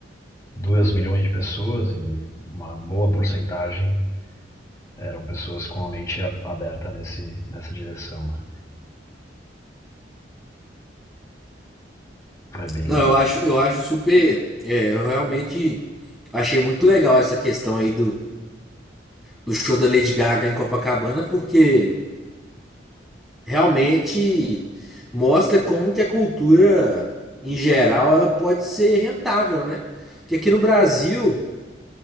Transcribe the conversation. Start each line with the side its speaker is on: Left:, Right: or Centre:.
Left: 2 milhões de pessoas e uma boa porcentagem eram pessoas com a mente aberta nesse, nessa direção, né? É bem.
Centre: Não, eu acho, eu acho super. É, eu realmente achei muito legal essa questão aí do, do show da Lady Gaga em Copacabana, porque realmente mostra como que a cultura, em geral, ela pode ser rentável, né? Porque aqui no Brasil,